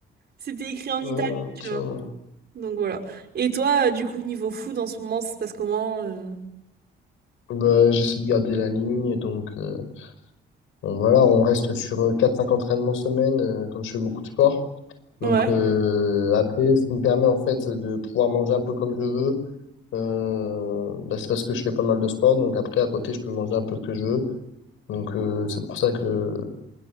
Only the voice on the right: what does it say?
C'était écrit en
italien, tu
vois. Donc voilà. Et toi, euh, du coup, niveau food, en ce moment, ça se passe comment euh
Ouais.